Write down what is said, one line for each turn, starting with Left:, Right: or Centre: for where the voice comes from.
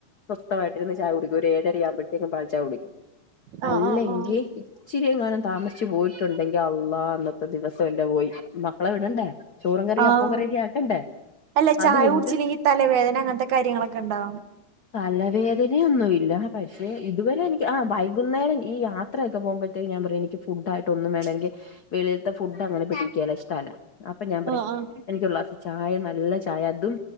Left: സ്വസ്ത്തയിട്ടിരുന്ന് ചായ കുടി ഒരു ഏഴര ആമ്പോഴത്തേക്കും പാൽ ചായ കുടിക്കും.
Right: ആഹ്
Left: അല്ലങ്കി
Right: ആഹ് ആഹ് ആഹ്
Left: ഇച്ചിരിങ്ങാനും താമസിച്ച് പോയിട്ടുണ്ടെങ്കി അള്ളാ അന്ന് ത്തെ ദിവസം എന്റെ പോയി മക്കളെ വിടണ്ടേ ചോറും കറി
Right: ആഹ്
Left: അപ്പം കറിയൊക്കെ ആക്കണ്ടേ
Right: അല്ല ചായ
Left: അതുകൊണ്ട്
Right: കുടിച്ചില്ലെങ്കി തലവേദന അങ്ങനത്തെ കാര്യങ്ങളൊക്കെ ഉണ്ടോ
Left: തല വേദനയൊന്നുല്ല പക്ഷെ ഇതുവരെ എനിക്ക് ആഹ് വൈകുന്നേരം ഈ യാത്രയൊക്കെ പോകുബം ത്തിൻ ഞാൻ പറയ എനിക്ക് ഫുഡായിട്ട് ഒന്നും വേണ്ട എനിക്ക് വെളി ത്തെ ഫുഡ് അങ്ങനെ പിടിക്കേല ഷ്ടല്ല അപ്പൊ ഞാൻ പറയും
Right: ആഹ് ആഹ്
Left: എനിക്ക് ഒരു ഗ്ലാസ്‌ ചായ നല്ല ചായ അതും